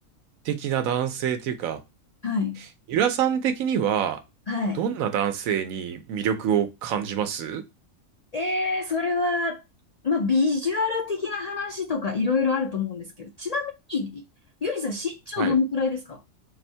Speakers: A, on the right; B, on the left.
A: 的な男性っていうか、
B: はい。
A: ゆらさん的には
B: はい。
A: どんな男性に魅力を感じます
B: えー、それは、まあ、ビジュアル的な話とかいろいろあると思うんですけど、ちなみに、ゆりさん身長どのくらいですか
A: はい。